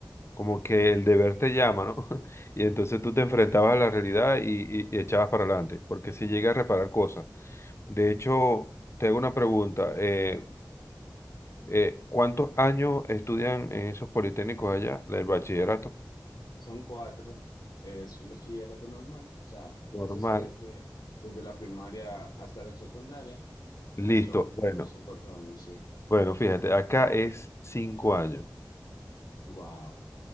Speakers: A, on the left; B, on the left.
A: como que el deber te llama, ¿no? <laughs> Y entonces tú te enfrentabas a la realidad y, y- y echabas para adelante, porque si llega a reparar cosas. De hecho, te hago una pregunta. eh, eh, ¿cuántos años estudian en esos politécnicos allá, el bachillerato?
B: Son cuatro. Es un bachillerato normal, o sea, que pasas
A: Normal.
B: desde, desde la primaria hasta la secundaria
A: Listo.
B: y son,
A: Bueno,
B: son cuatro años, sí.
A: bueno, fíjate, acá es cinco años.
B: Wow.